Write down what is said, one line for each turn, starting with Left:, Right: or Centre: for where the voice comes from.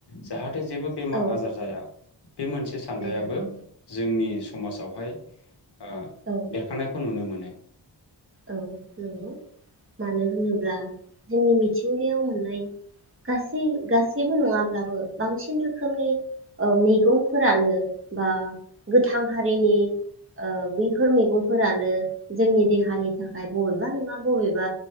Left: जाहाथे जेबो बेमार
Right: औ
Left: आजार जाया। बे मोनसे
Right: जाया
Left: थायाबो
Right: औ
Left: जोंनि समाजावहाय आं
Right: औ
Left: बेरखानायखौ नुनो मोनो। <inaudible>
Right: औ नंगौ मानो होनोब्ला जोंनि मिथिंगायाव मोननाय गासै गासैबो नङाब्लाबो बांसिन रोखोमनि ओ मैगंफोरानो बा गोथां हारिनि ओ बैफोर मैगंफोरानो जोंनि देहानि थाखाय बबेबा नङा बबेबा